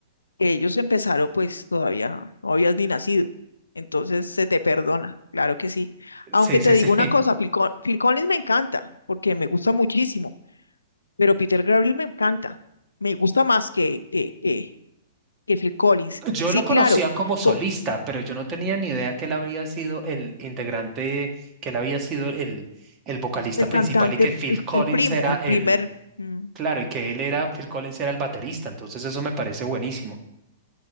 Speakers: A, on the left; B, on the right.
A: que ellos empezaron, pues todavía no habías ni nacido. Entonces se te perdona, claro que sí. Aunque
B: Sí,
A: te
B: sí,
A: digo
B: sí. <laughs>
A: una cosa, Phil, Col- Phil Collins me encanta, porque me gusta muchísimo, pero Peter Gabriel me encanta, me gusta más que, que, que, que Phil Collins.
B: Yo
A: Sí,
B: lo
A: claro,
B: conocía como solista,
A: po-
B: pero yo no tenía ni idea que él habría sido el integrante, que él había sido el, el vocalista
A: el
B: principal
A: cantante,
B: y que Phil
A: el,
B: Collins
A: el primo,
B: era
A: el
B: el,
A: primer... mm,
B: claro, y que él era,
A: sí,
B: Phil Collins era el baterista. Entonces eso me parece buenísimo.